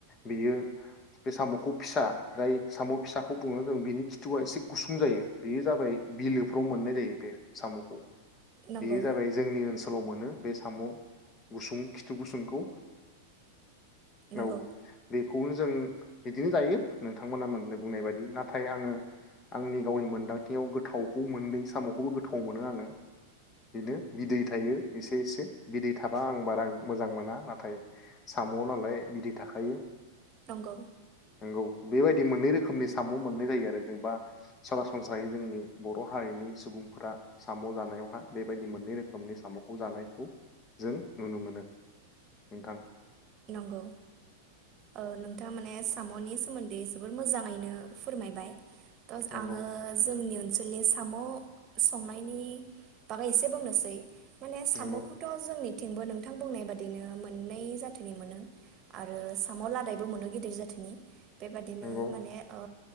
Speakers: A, on the left (about 30°); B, on the right (about 35°).
A: बेयो बे साम'खौ फिसा जाय साम' फिसा बे बुङनानै जों बेनि खिथुआ एसे गुसुं जायो बेयो जाबाय बिलोफ्राव मोननाय जायो बे साम'खौ
B: नंगौ
A: बेयो जाबाय जोंनि ओनसोलाव मोनो बे साम' गुसुं खिथु गुसुंखौ
B: नंगौ
A: औ बेखौनो जों बिदिनो जायो नोंथांमोना मोनै बुंनाय बायदि नाथाय आङो आंनि गावनि मोनदांथियाव गोथावखौ मोननै साम'खौबो गोथाव मोनो आङो बेनो बिदै थायो एसे एसे बिदै थाबा आं बारा मोजां मोना नाथाय साम' नालाय बिदै थाखायो
B: नंगौ
A: नोंगौ बेबायदि मोननै रोखोमनि साम' मोननै जायो आरो जेनबा सरासनस्रायै जोंनि बर' हारिनि सुबुंफोरा साम' जानायावहा बेबायदि मोननै रोखोमनि साम'खौ जानायखौ जों नुनो मोनो नोंथां
B: नंगौ ओ नोंथाङा माने साम'नि सोमोन्दै जोबोर मोजाङैनो फोरमायबाय
A: नंगौ
B: आङो जोंनि ओनसोलनि साम' संनायनि बागै एसे बुंनोसै। माने सामखौथ'
A: नंगौ
B: जोंनि थंबो नों थां बुंनाय बादिनो मोन <unintelligible> जोथोनि मोनो आरो साम'लादायबो मोनो गिदिर जोथोननि बेबादिनो
A: नंगौ
B: माने ओ